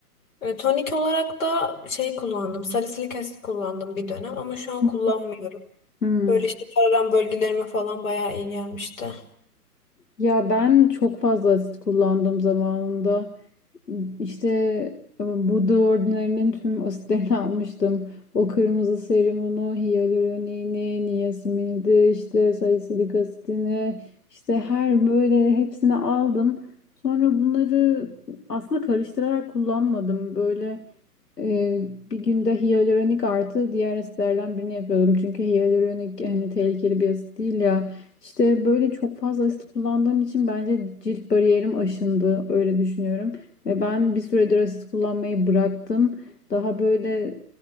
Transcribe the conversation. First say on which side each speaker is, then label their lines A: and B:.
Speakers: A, on the left (about 55°); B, on the left (about 80°).
A: E, tonik olarak da şey kullandım, salisilik asit kullandım bir dönem ama şu an kullanmıyorum.
B: hı. Hmm.
A: Böyle işte kararan bölgelerime falan bayağı iyi gelmişti.
B: Ya ben çok fazla asit kullandım zamanında. İşte e, Buda Ordinary'nin tüm asitlerini <laughs> almıştım. O kırmızı serumunu, hyaluronini, niasinimidi, işte salisilik asitini, işte her böyle hepsini aldım. Sonra bunları aslında karıştırarak kullanmadım. Böyle e, bir günde hyaluronik artı diğer asitlerden birini yapıyordum. Çünkü hyaluronik hani tehlikeli bir asit değil ya. İşte böyle çok fazla asit kullandığım için bence cilt bariyerim aşındı. Öyle düşünüyorum. Ve ben bir süredir asit kullanmayı bıraktım. Daha böyle